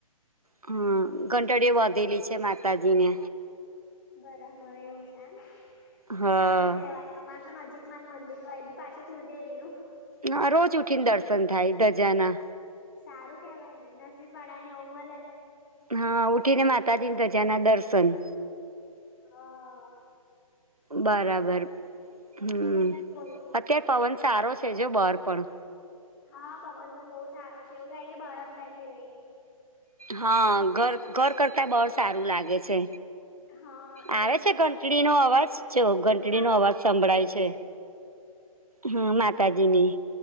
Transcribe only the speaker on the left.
બરાબર એવું છે એમ,
સારું કેહેવાય. તમારે તો નજીક માં જ મંદિર હોય બી પાછું કુળદેવી નું.
સારું કેવાય ને નસીબ પાડા ને એવું મળે.
હા
બોલો
કેમ
હા પવન તો બહુ સારો છે એવું થાય કે બહાર જ બેસી રહીએ.
હા એવું
જ
હોય
હા
પણ